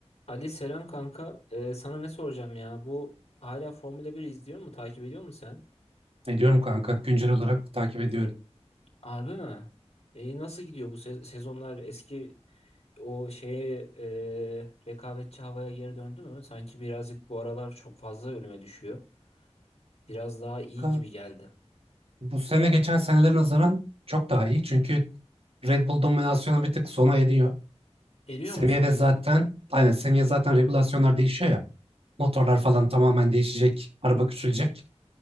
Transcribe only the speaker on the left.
Ali selam kanka. Ee, sana ne soracağım ya? Bu hala Formula 1 izliyor mu? Takip ediyor musun sen?
Harbi mi? Ee, nasıl gidiyor bu se- sezonlar? Eski o şeye e, rekabetçi havaya geri döndü mü? Sanki birazcık bu aralar çok fazla önüme düşüyor. Biraz daha iyi
gibi geldi.
Eriyor
mu sonunda?